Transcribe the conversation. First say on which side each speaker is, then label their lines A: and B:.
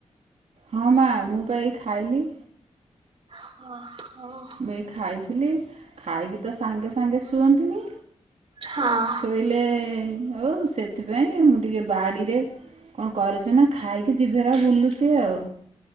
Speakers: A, on the right; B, on the right.
A: ହଁ ମା ମୁଁ ପାଇଁ ଏ ଖାଇଲି।
B: ହଁ ହ
A: ମୁଇ ଖାଇଥିଲି ଖାଇକି ତ ସାଙ୍ଗେ ସାଙ୍ଗେ ଶୁଅନ୍ତିନି।
B: ହଁ
A: ଶୋଇଲେ ଆଉ ସେଥିପାଇଁ ମୁଁ ଟିକେ ବାଡିରେ କଣ କରୁଛି ନା ଖାଇକି ଦିଭେରା ବୁଲୁଛି ଆଉ।